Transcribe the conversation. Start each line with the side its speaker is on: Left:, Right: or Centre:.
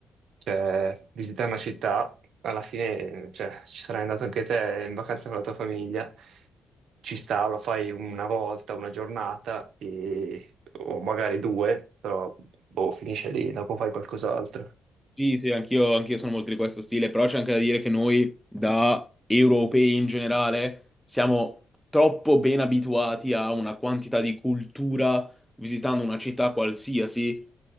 Right: Cioè, visitare una città, alla fine, cioè, ci sarai andato anche te in vacanza con la tua famiglia, ci sta, lo fai una volta, una giornata, e- o magari due, però boh, finisce lì, dopo fai qualcos'altro.
Centre: Sì, sì, anch'io anch'io sono molto di questo stile, però c'è anche da dire che noi, da europei in generale, siamo troppo ben abituati a una quantità di cultura visitando una città qualsiasi